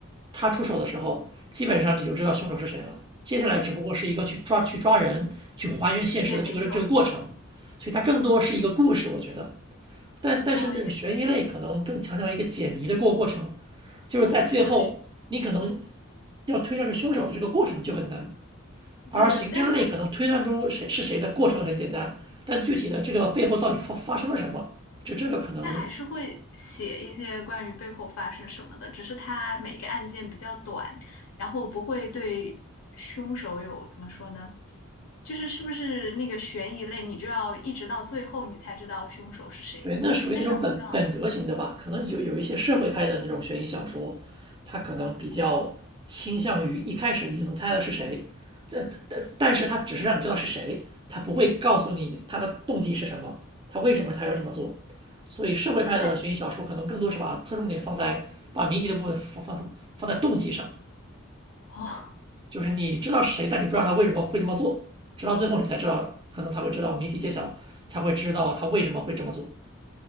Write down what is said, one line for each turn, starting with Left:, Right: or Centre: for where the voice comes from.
Right: 他出手的时候，基本上你就知道凶手是谁了，接下来只不过是一个去抓去抓人去还原现实的这个这个过程，
Left: 嗯，也没有，
Right: 所以它更多是一个故事，我觉得。但但是那种悬疑类可能更强调一个解谜的过过程，
Left: 呃，也
Right: 就是在最后你可能
Left: 我是觉得是，
Right: 要推断出凶手的这个过程就很难，而刑侦类可能推断出谁是谁的过程很简单，
Left: 对，但是我
Right: 但具体的这个背后到底发发生了什么，就这个可能
Left: 他还是会写一些关于背后发生什么的，只是他每个案件比较短，然后不会对凶手有怎么说呢？就是是不是那个悬疑类，你就要一直到最后你才知道凶手是谁，
Right: 对，那属于那种本本格型的吧，
Left: 但是好像，
Right: 可能有有一些社会派的那种悬疑小说，它可能比较倾向于一开始你就能猜到是谁，
Left: 哦，
Right: 但但但是它只是让你知道是谁，它不会告诉你他的动机是什么，他为什么他要这么做。所以社会派的悬疑小说可能更多是把侧重点放在把谜题的部分放放放放在动机上，
Left: 那还哦。
Right: 就是你知道是谁，但你不知道他为什么会这么做，直到最后你才知道，可能才会知道谜题揭晓，才会知道他为什么会这么做。